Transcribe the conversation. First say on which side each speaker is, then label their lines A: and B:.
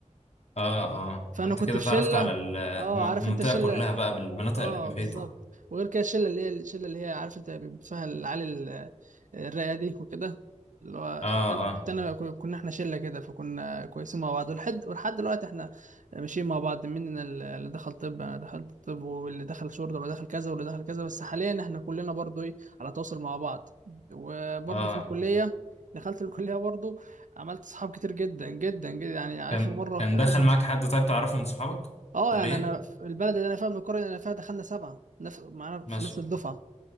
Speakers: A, on the left; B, on the right.
A: اه اه
B: فأنا
A: انت
B: كنت
A: كده
B: في
A: اتعرفت
B: شلة
A: على الم-
B: اه عارف
A: المنطقة
B: أنت الشلة
A: كلها بقى بالمناطق
B: اه
A: المحيطة
B: بالظبط وغير كده الشله اللي هي الشله اللي هي عارف انت بيبقى فيها العيال ال- الرايقه دي وكده اللي هو
A: اه
B: كنت
A: اه
B: كنت انا كنا احنا شله كده فكنا كويسين مع بعض ولحد ولحد دلوقتي احنا ماشيين مع بعض مننا اللي دخل طب انا دخلت طب واللي دخل شرطه واللي دخل كذا واللي دخل كذا بس حاليا احنا كلنا برضو ايه على تواصل مع بعض وبرضو
A: اه
B: في الكليه دخلت الكليه برضو عملت صحاب كتير جدا جدا جدا يعني
A: كان
B: اخر مره
A: كان دخل
B: اخر
A: معاك حد طيب تعرفه من صحابك
B: اه
A: كلية
B: يعني انا في البلد اللي انا فيها من القريه اللي انا فيها دخلنا سبعه نفس معانا في
A: ما شاء
B: نفس الدفعه